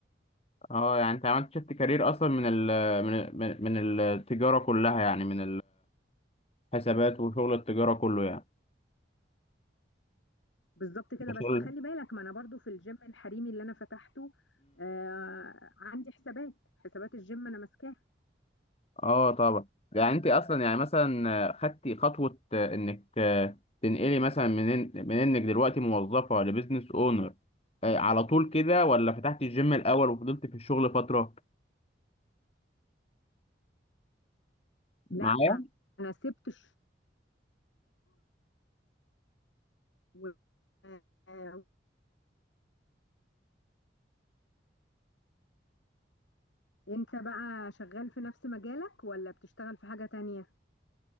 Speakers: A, on the left (about 30°); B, on the left (about 85°).
A: اه يعني انت عملت شفت كارير اصلا من ال من من من التجاره كلها يعني من الحسابات وشغل التجاره كله يعني
B: بالظبط كده بس
A: شغل
B: خلي بالك ما انا برضو في الجيم الحريمي اللي انا فتحته آه عندي حسابات حسابات الجيم انا ماسكاها
A: اه طبعا يعني انت اصلا يعني مثلا آه، خدتي خطوه آه، انك آه، تنقلي مثلا من إن- من انك دلوقتي موظفه لبزنس اونر على طول كده ولا فتحتي الجيم الاول وفضلتي في الشغل فتره
B: لا
A: معايا
B: انا سبت الشغل و... آه، انت بقى شغال في نفس مجالك ولا بتشتغل في حاجة تانية